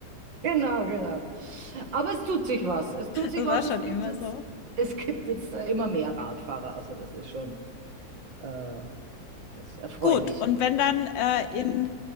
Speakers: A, on the right; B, on the left.
A: Genau, genau. Aber es tut sich was. Es tut sich
B: Das
A: was.
B: war schon
A: Es gibt
B: immer
A: jetzt,
B: so.
A: es gibt jetzt äh, immer mehr Radfahrer. Also das ist schon äh, das ist erfreulich.
B: Gut, und wenn dann, äh, in